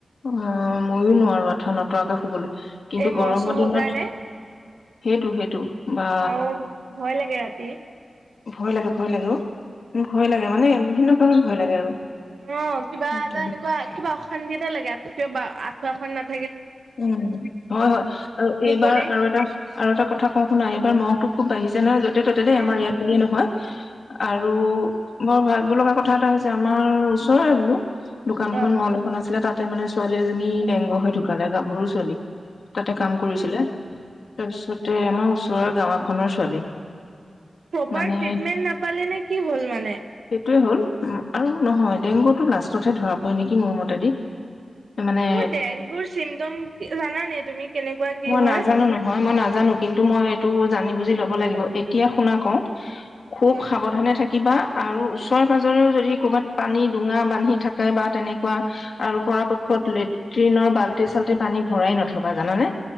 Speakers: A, on the left; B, on the right.
A: অ' মইয়ো নোৱাৰো। আঁঠুৱা নতৰাকৈ শুবলে। কিন্তু
B: এই
A: গৰমৰ
B: মহ চহৰ
A: দিনত
B: কাৰণে
A: সেইটো সেইটো বা
B: আৰু ভয় লাগে ৰাতি
A: ভয় লাগে, ভয় লাগে অ', উ ভয় লাগে মানে বিভিন্ন কাৰণত ভয় লাগে আৰু।
B: অ' কিবা
A: উম
B: এটা এনেকুৱা কিবা অশান্তি এটা লাগে কিয়া আঁঠুৱাখন নাট
A: উম হয় হয়, আৰু
B: মুকলি
A: এইবাৰ আৰু এটা আৰু এটা কথা কওঁ শুনা এইবাৰ মহটো খুব বাঢ়িছে নহয় য'তে ত'তে দেই
B: উম,
A: আমাৰ ইয়াত বুলি নহয়। আৰু বৰ ভাবিব লগা কথা এটা হৈছে আমাৰ ওচৰৰে বোলো দোকানখন
B: অ'।
A: মল এখন আছিলে তাতে মানে ছোৱালী এজনী ডেংগ হৈ ঢুকালে, গাভৰু ছোৱালী। তাতে কাম কৰিছিলে তাৰপিছতে আমাৰ ওচৰৰ গাঁও এখনৰ ছোৱালী
B: প্ৰপাৰ
A: মানে
B: ট্ৰিটমেণ্ট নাপালে নে কি হ'ল মানে?
A: সেইটোৱে হ'ল উম, আৰু নহয় ডেংগুটো লাষ্টতহে ধৰা পৰে নেকি মোৰ মতেদি। ত'মানে
B: তোৰ ডেংগুৰ চিমটম জানা নে তুমি? কেনেকুৱা কি
A: মই
B: হয়?
A: নাজানো নহয় মই নাজ নাজানো কিন্তু মই এইটো জানি বুজি ল'ব লাগিব এতিয়া শুনা কওঁ খুব
B: কোৱা।
A: সাৱধানে থাকিবা আৰু ওচৰে- পাজৰেও যদি ক'ৰবাত পানী ডোঙা বান্ধি থাকে বা তেনেকুৱা আৰু পৰাপক্ষত লেট লেট্ৰিনৰ বাল্টি চাল্টি পানী ভৰাই নথবা জানানে